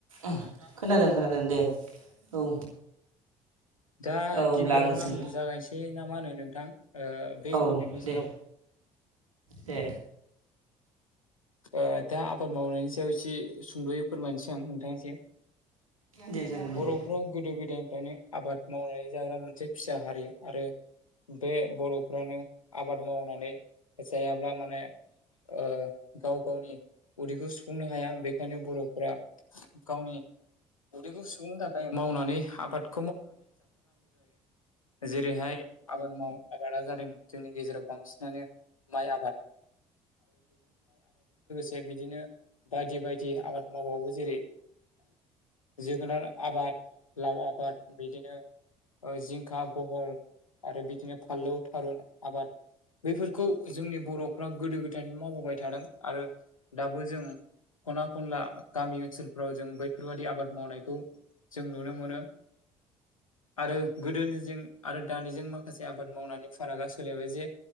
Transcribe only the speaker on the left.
दा
गिबियावनो
आं जागायनोसै ना मा होनो नोंथां? ओ बे
टपिकनि
सायाव?
ओ दा आबाद मावनायनि सायाव एसे सुंद'यै फोरमायनोसै आं नोंथांनिसिम।
बर'फ्रा
गोदो गोदायनिफ्रायनो आबाद मावनानै जाग्रा मोनसे फिसा हारि आरो बे बर'फ्रानो आबाद मावनानै जायाब्ला माने ओ गाव गावनि उदैखौ सुफुंनो हाया बेखायनो बर'फ्रा गावनि उदैखौ सुफुंनो थाखाय मावनानै आबाद जेरैहाय आबाद माव आबादा जादों जोंनि गेजेराव बांसिनानो माइ आबाद दा बिदिनो बायदि बायदि आबाद मावबावो जेरै जोगोनार आबाद, लाव आबाद बिदिनो ओ जिंखा, बहल आरो बिदिनो फानलौ, थारुन आबाद बैफोरखौ जोंनि बर'फ्रा गोदो गोदायनि मावबोबाय थादों आरो दाबो जों खना खनला गामि ओनसोलफ्राव जों बैफोरबादि आबाद मावनायखौ जों नुनो मोनो <unintelligible> आरो गोदोनिजों आरो दानिजों माखासे आबाद मावनानै फारागा सोलायबाय जे